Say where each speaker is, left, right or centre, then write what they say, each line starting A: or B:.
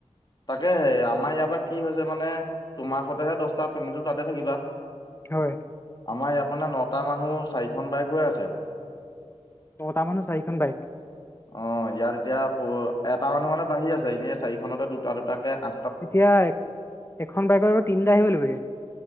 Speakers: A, on the left; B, on the left.
A: তাকেহে আমাৰ ইয়াৰ পৰা কি হৈছে মানে তোমাৰ সতেহে দহটা তুমিতো তাতে থাকিবা।
B: হয়।
A: আমাৰ ইয়াত মানে নটা মানুহ চাৰিখন বাইক হৈ আছে
B: নটামানুহ চাৰিখন বাইক।
A: অ', ইয়াত এতিয়া প এটা মানুহ মানে বাঢ়ি আছে, এনেই চাৰিখনতে দুটা দুটাকে আ
B: এতিয়া এখন বাইকৰ আকৌ তিনিটা আহিব লাগিব, এতিয়া